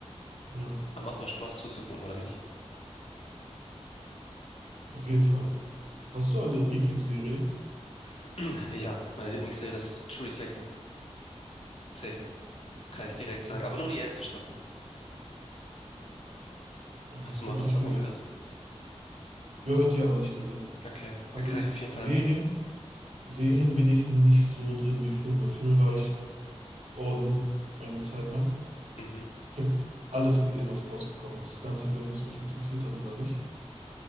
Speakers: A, on the right; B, on the left.
A: Ja,
B: Aber macht auch Spaß zuzugucken, oder nicht?
A: auf jeden Fall. Hast du eine Lieblingsserie?
B: <clears throat> Ja, meine Lieblingsserie ist True Detective. Safe. Kann ich direkt sagen.
A: Okay,
B: Aber nur die erste Staffel.
A: okay.
B: Hast du
A: Habe
B: mal was
A: ich nicht
B: davon
A: gesehen.
B: gehört?
A: Gehört dir aber nicht gesehen.
B: Okay.
A: Also
B: Kann
A: äh,
B: ich auf jeden
A: Serien,
B: Fall empfehlen.
A: Serien bin ich nicht so drin wie Filme. Filme war ich all in eine Zeit lang.
B: Mhm.
A: Ich habe alles gesehen, was rausgekommen ist. Ganz egal, ob es mich interessiert hat oder nicht.